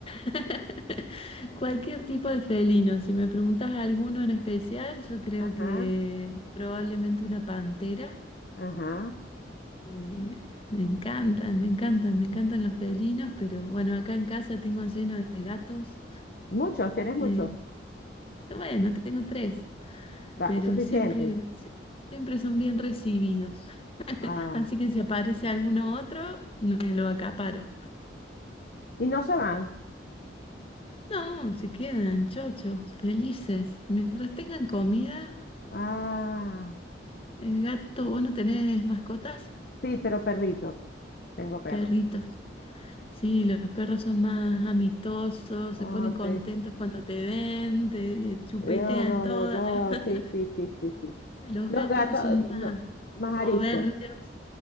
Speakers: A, on the left; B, on the left.
A: <laughs> Cualquier tipo de felino. Si me preguntas alguno en especial, yo creo
B: Ajá,
A: que probablemente una pantera.
B: ajá.
A: Eh, me encantan, me encantan, me encantan los felinos, pero bueno, acá en casa tengo lleno de gatos.
B: Muchos, tienes muchos.
A: Eh, bueno, tengo tres,
B: Va,
A: pero
B: suficiente.
A: siempre, sie- siempre son bien recibidos. <laughs>
B: Ah,
A: Así que si aparece alguno otro, me lo acaparo.
B: y no se van.
A: No, se quedan chochos, felices. Mientras tengan comida,
B: Ah,
A: el gato, ¿vos no tenés mascotas?
B: sí, pero perrito. Tengo perro.
A: Perritos. Sí, los perros son más amistosos, se
B: Ah,
A: ponen contentos
B: sí.
A: cuando te ven, te chupetean
B: No, no,
A: todas.
B: no, no.
A: <laughs>
B: Sí, sí, sí, sí, sí.
A: Los
B: Los
A: gatos
B: gatos,
A: son más
B: no, más ariscos.
A: soberbios.